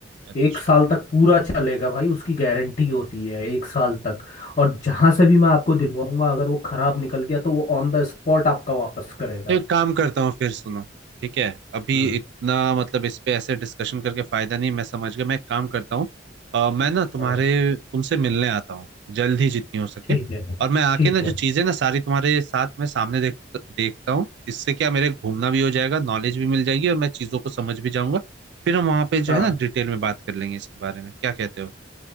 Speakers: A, on the right (about 65°); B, on the left (about 45°).
A: अच्छा
B: एक साल तक पूरा चलेगा भाई उसकी गारंटी होती है एक साल तक और जहां से भी मैं आपको दिलवाऊंगा अगर वो खराब निकल गया तो वो ऑन द स्पॉट आपका वापस करेगा
A: तो एक काम करता हूँ फिर सुनो ठीक है अभी
B: हम्म
A: इतना मतलब इस पे ऐसे डिस्कशन करके फायदा नहीं मैं समझ गया मैं एक काम करता हूँ अ, मैं ना तुम्हारे
B: हाँ
A: तुमसे मिलने आता हूँ जल्द ही जितनी हो सके
B: ठीक है
A: और मैं आके
B: ठीक
A: ना
B: है
A: जो चीजें ना सारी तुम्हारे साथ मैं सामने देख देखता हूँ इससे क्या मेरे घूमना भी हो जाएगा नॉलेज भी मिल जाएगी और मैं चीजों को समझ भी जाऊंगा फिर हम वहां पे जो
B: हाँ
A: है ना डिटेल में बात कर लेंगे इसके बारे में क्या कहते हो